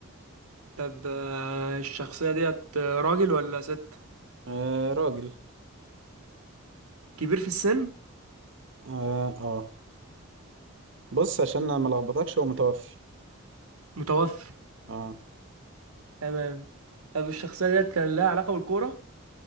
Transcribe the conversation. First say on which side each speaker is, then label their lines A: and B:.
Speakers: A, on the right; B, on the right.
A: طب آه، الشخصيه ديت آه، راجل ولا ست
B: آه راجل
A: كبير في السن
B: آه, اه بص عشان انا ما لخبطكش هو متوفي
A: متوفى
B: آه.
A: تمام طب الشخصيه ديت كان لها علاقه بالكوره